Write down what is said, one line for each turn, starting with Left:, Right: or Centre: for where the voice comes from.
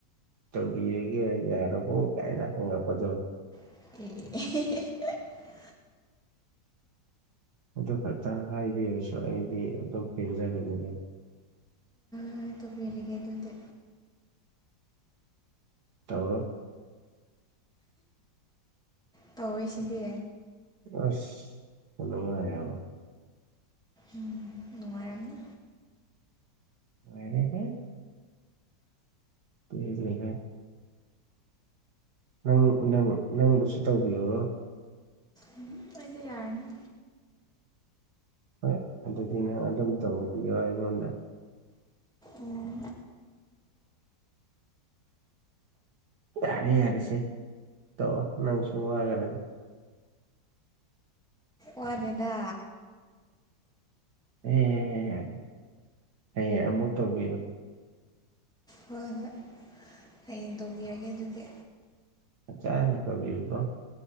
Right: ꯇꯧꯕꯤꯔꯒꯦ ꯌꯥꯔꯕꯣ ꯀꯥꯏꯅ ꯍꯪꯉꯛꯄꯗꯣ
Centre: ꯑꯦ
Right: ꯑꯗꯨ ꯈꯛꯇꯪ ꯍꯥꯏꯕꯤꯔꯁꯨ ꯑꯩꯗꯤ ꯑꯗꯨꯝ ꯄꯦꯟꯖꯒꯅꯤ ꯍꯥꯏ
Centre: ꯀꯃꯥꯏꯅ ꯇꯧꯕꯤꯔꯒꯦ ꯑꯗꯨꯗꯤ
Right: ꯇꯧ
Centre: ꯇꯧꯋꯦ ꯁꯤꯗꯤ
Right: ꯑꯁ ꯐꯉ ꯀꯔꯅ
Centre: ꯎꯝ ꯅꯨꯡꯉꯥꯏꯔꯝꯅ
Right: ꯋꯥꯔꯦ ꯍ ꯀ ꯂꯩ <unintelligible> ꯅꯪ ꯅꯪ ꯅꯪꯕꯨꯁꯨ ꯇꯧꯕꯤꯌꯔꯣ
Centre: ꯎꯝ ꯑꯩꯗꯤ ꯌꯥꯔꯅꯤ
Right: ꯍꯣꯏ ꯑꯗꯨꯗꯤ ꯅꯪ ꯑꯗꯨꯝ ꯇꯧꯕꯤꯌꯣ ꯑꯩꯉꯣꯟꯗ
Centre: ꯎꯝ
Right: ꯇꯔꯦ ꯌꯥꯔꯁꯦ ꯇꯣ ꯅꯪ ꯁꯣꯛꯒꯅꯤ
Centre: ꯋꯥꯅꯤꯗ
Right: ꯑꯦ ꯌꯥ ꯍꯌꯦꯡ ꯑꯃꯨꯛ ꯇꯧꯕꯤꯔꯣ
Centre: ꯍꯣꯏ ꯍꯣꯏ ꯍꯌꯦꯡ ꯇꯧꯕꯤꯔꯒꯦ ꯑꯗꯨꯗꯤ
Right: ꯑꯆꯥꯅꯤꯊꯧꯧꯒꯌꯨꯕꯣ <unintelligible>